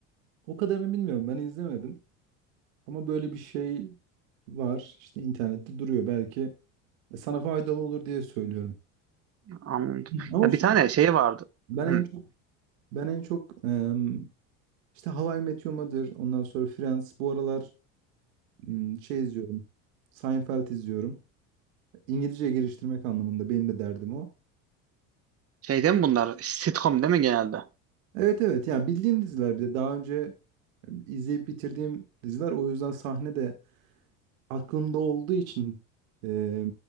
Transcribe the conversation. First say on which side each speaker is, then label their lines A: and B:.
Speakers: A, on the right; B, on the right.
A: o kadarını bilmiyorum ben izlemedim ama böyle bir şey var işte internette duruyor belki e, sana faydalı olur diye söylüyorum.
B: Anladım.
A: Hı. Ama
B: Ya
A: şey,
B: bir tane şey vardı.
A: ben
B: Hı.
A: en çok ben en çok em, işte How I Met Your Mother, ondan sonra Friends bu aralar m, şey izliyorum. Seinfeld izliyorum. İngilizceye geliştirmek anlamında benim de derdim o.
B: Şeyden bunlar sitcom değil mi genelde?
A: Evet evet yani bildiğim diziler bir de daha önce izleyip bitirdiğim diziler o yüzden sahne de aklımda olduğu için e,